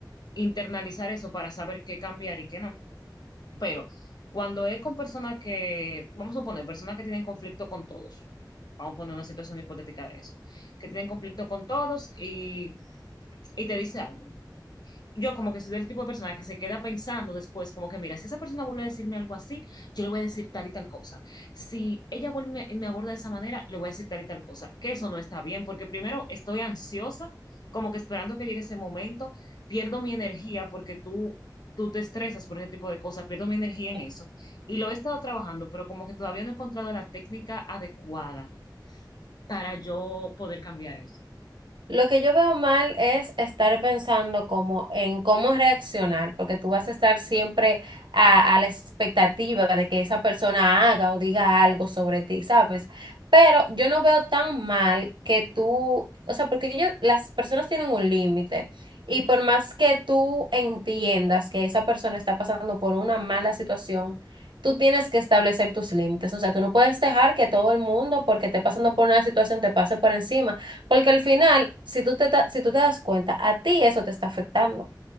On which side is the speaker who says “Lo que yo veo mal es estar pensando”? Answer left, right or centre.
Right